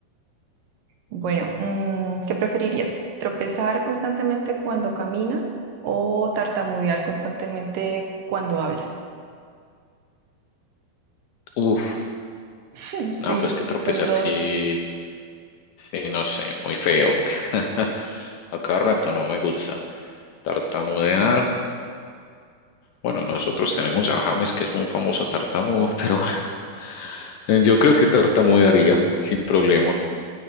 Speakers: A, on the right; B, on the left.
A: Bueno, mm, ¿qué preferirías? ¿Tropezar constantemente cuando caminas o tartamudear constantemente cuando hablas?
B: Uf,
A: <laughs> Sí,
B: no, pues que tropezar
A: son dos,
B: sí, Sí, no sé, muy feo. <laughs> A cada rato no me gusta tartamudear. Bueno, nosotros tenemos a James, que es un famoso tartamudo, pero <laughs> yo creo que tartamudearía sin problema.